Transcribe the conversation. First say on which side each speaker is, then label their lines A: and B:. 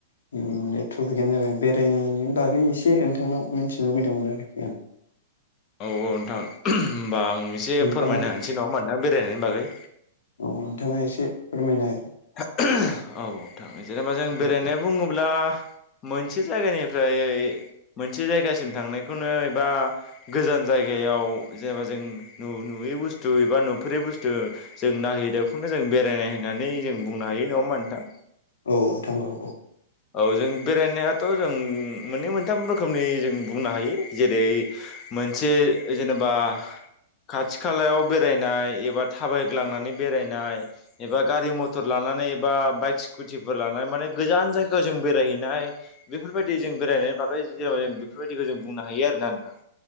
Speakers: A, on the left; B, on the left.
A: ओफ्राय ट्रफिकनो जाबाय बेरायनायनि बागै एसे नोंथांनाव मिथिनो लुबैदोंमोन आरोखि आं।
B: औ औ नोंथां होमबा आं एसे
A: नोंथाङा
B: फोरमायनो हानोसै नङा मा बेरायनायनि बागै?
A: औ नोंथाङा एसे फोरमायना होदो।
B: औ औ नोंथां जेनेबा जों
A: होदो
B: बेरायनाय बुङोब्ला मोनसे जायगानिफ्राय मोनसे जायगासिम थांनायखौनो एबा गोजान जायगायाव जेनेबा जों नु नुयै बुस्थु एबा नुफोरै बुस्थु जों नायहै दों खोजों बेरायनाय होननानै जों बुंनो हायो नङा होमबा नोंथां?
A: औ नोंथां औ औ
B: औ जों बेरायनायाथ' जों मोननै मोनथाम रोखोमनि जों बुंनो हायो जेरै मोनसे जेनेबा खाथि खालायाव बेरायनाय एबा थाबायग्लांनानै बेरायनाय एबा गारि मथ मटर लानानै बा बाइक स्कुटिफोर लानानै माने गोजान जायगायाव जों बेरायहैनाय बेफोरबायदि जों जों बेरायनायनि बागै जेना जों बेफोरबायदिखौ जों बुंनो हायो आरोना नोंथां।